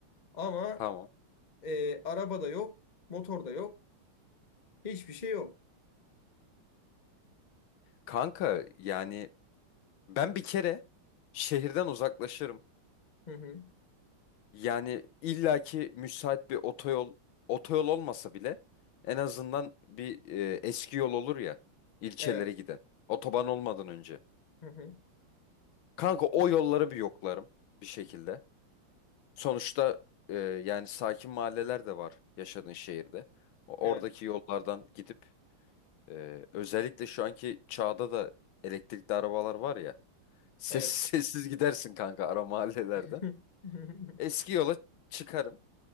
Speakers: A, on the left; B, on the left.
A: Ama
B: Tamam.
A: e, araba da yok. Motor da yok. Hiçbir şey yok.
B: Kanka yani ben bir kere şehirden uzaklaşırım.
A: Hı hı.
B: Yani illaki müsait bir otoyol otoyol olmasa bile en azından bir e, eski yol olur ya ilçelere
A: Evet.
B: giden. Otoban olmadan önce.
A: Hı hı.
B: Kanka o yolları bir yoklarım bir şekilde. Sonuçta e, yani sakin mahalleler de var yaşadığın şehirde. O-
A: Evet.
B: Oradaki yollardan gidip e, özellikle şu anki çağda da elektrikli arabalar var ya. Sessiz
A: Evet.
B: <laughs> sessiz gidersin kanka ara mahallelerden.
A: <laughs>
B: Eski yola çıkarım.